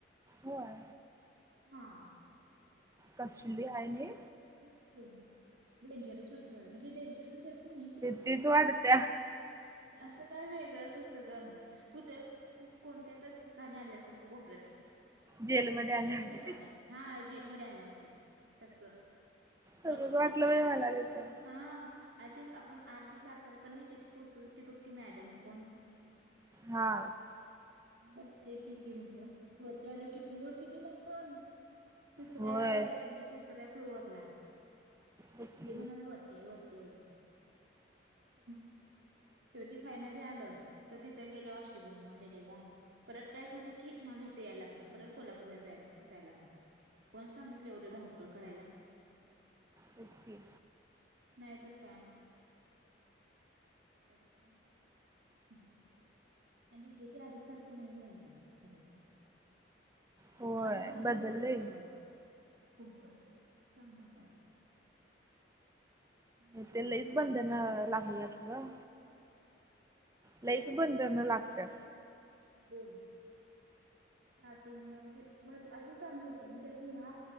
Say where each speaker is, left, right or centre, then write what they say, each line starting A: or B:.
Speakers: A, on the right (about 15°); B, on the right (about 70°).
A: होय.
B: हा.
A: कसली हाय नाई.
B: तेच की डेंजरस वरती वाटली मला म्हणजे डेंजर म्हणजे असं नाही पण
A: तीच वाढत्या.
B: असं काय वेगळंच असं ग. कुठे कोणत्यात ठिकाणी आल्यासारखं कोपऱ्यात.
A: जेलमध्ये
B: वेगळच
A: आल्या
B: ठिकाण आहे, हा जेलमध्ये आल्यागत. तस, अगं
A: तसच
B: बग
A: वाटलं
B: कि ते
A: बाई मला
B: पुस
A: तिथं
B: हा अ ते आपण आठगी जाताना पण नाही काय ते पोचून. ते बघ ती मॅडम कोण.
A: हा.
B: म्हटलं हे ठीके म्हटलं, वरती अरे किती वर गेले आपण. तिसऱ्या
A: होय
B: म्हणजे, तिसऱ्या फ्लोअरला
A: बघ की
B: ते म्हणाले वरती आहे वरती होते <unintelligible> शेवटी फायनली आलं, तर तिथं गेल्यावर अशी बोंब अरे देवा. परत काय झालं की, मला इथे याय लागणार, परत कोल्हापूरला जा जायला लागणार. कोण सांगितलं एवढं धावपळ करायला.
A: तेच की
B: नाहीतर काय. एश <unintelligible> आणि निके ते आधीसारखं नाहीये अगं खर तर.
A: होय
B: आधी भारी
A: बदललंय
B: होत, खूपच-खूपच चांगल होत. हिज
A: ते
B: पण
A: लईच
B: काय
A: बंधन
B: झालं
A: लागणार ग.
B: हा.
A: लईच बंधना लागतात.
B: बोल. हातींना म्हणजे बर अीधी चांगलं होतं, म्हणजे आता ह्या.